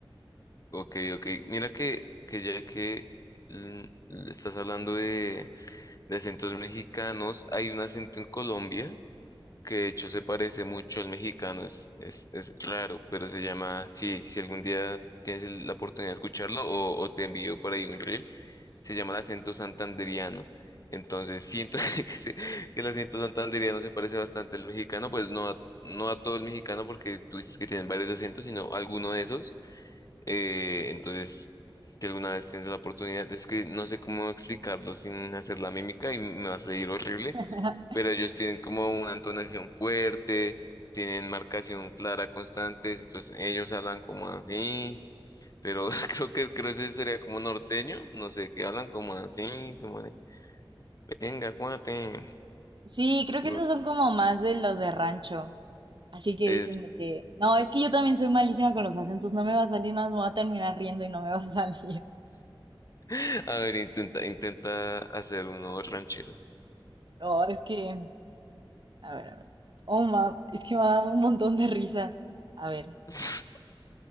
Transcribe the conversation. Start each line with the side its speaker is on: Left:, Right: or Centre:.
Left: Ok, ok. Mira que, que ya que mm, estás hablando de, de acentos mexicanos, hay un acento en Colombia que de hecho se parece mucho al mexicano, es, es, es raro, pero se llama, si, si algún día tienes el- la oportunidad de escucharlo o, o te envío por ahí un reel, se llama el acento santanderiano. Entonces siento <laughs> que, se- que el acento santanderiano se parece bastante al mexicano, pues no a, no a todo el mexicano porque tú dices que tienen varios acentos, sino alguno de esos. Eh, entonces, si alguna vez tienes la oportunidad, es que no sé cómo explicarlo sin hacer la mímica y me va a salir horrible
Right: <laughs>
Left: pero ellos tienen como una entonación fuerte, tienen marcación clara constantes, entonces ellos hablan como así, pero <laughs> creo que creo que ese sería como norteño, no sé, que hablan como así, como de, venga, cuate,
Right: Sí, creo que
Left: no
Right: esos
Left: sé,
Right: son como más de los de rancho. Así que
Left: es,
Right: dicen de que, no, es que yo también soy malísima con los acentos, no me va a salir, nada más me voy a terminar riendo y no me va a salir. <laughs>
Left: <laughs> a ver, intenta, intenta hacer uno ranchero.
Right: No, es que, a ver, a ver. Oh, ma, es que me ha dado un montón de risa. A ver.
Left: <laughs>